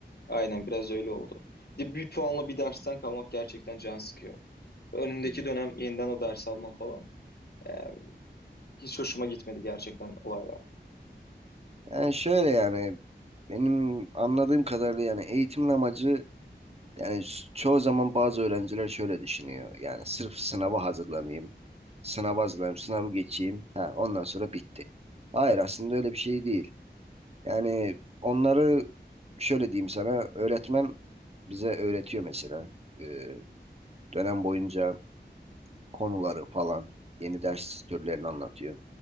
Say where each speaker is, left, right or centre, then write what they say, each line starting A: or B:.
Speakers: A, on the left; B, on the right.
A: Aynen biraz öyle oldu. Bir de bir puanla bir dersten kalmak gerçekten can sıkıyor. Önündeki
B: Hmm.
A: dönem yeniden o ders almam falan. Yani hiç hoşuma gitmedi gerçekten olaylar.
B: Yani şöyle yani benim anladığım kadarıyla yani eğitimin amacı yani s- çoğu zaman bazı öğrenciler şöyle düşünüyor. Yani sırf sınava hazırlanayım. Sınava hazırlanayım, sınavı geçeyim. Ha, ondan sonra bitti. Hayır aslında öyle bir şey değil. Yani onları şöyle diyeyim sana öğretmen bize öğretiyor mesela. Ee, dönem boyunca konuları falan yeni ders türlerini anlatıyor.